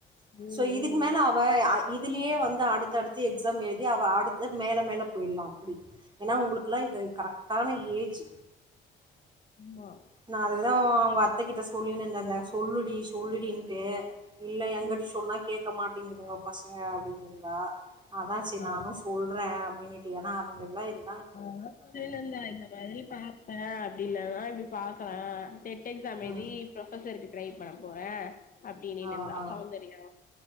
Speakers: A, on the left (about 45°); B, on the right (about 25°).
A: ம்
B: சோ இதுக்கு
A: ம்
B: மேல அவ இதுலயே வந்து அடுத்தடுத்து எக்ஸாம் எழுதி அவ அடுத்து மேல மேல போயிட்லா அப்டி ஏன்னா உங்களுக்கெல்லா இது கரெக்டான ஏஜ்
A: ஆமா
B: நா அதுக்குதா அவுங்க அத்தகிட்ட சொல்லினுந்த அந்த சொல்லுடி சொல்லுடின்டு இல்ல எங்கடி
A: ம்
B: சொன்னா கேக்க மாட்டேங்குதுங்க பசங்க அப்டின்னு இருந்தா அதா சேரி
A: ஆ
B: நானு சொல்றே அப்படின்னுட்டு ஏன்னா அதுங்க எல்லா இரு
A: ஆஹா இல்லல்ல இந்த மாரி பாப்பே அப்படின்னா தா இப்படி பாக்கலா எக்ஸாம்
B: ம்
A: எழுதி ப்ரொபசர்க்கு ட்ரை பண்ண போறே அப்படின்னுனுந்த
B: ஆ ஆ
A: அக்காவு தெரியு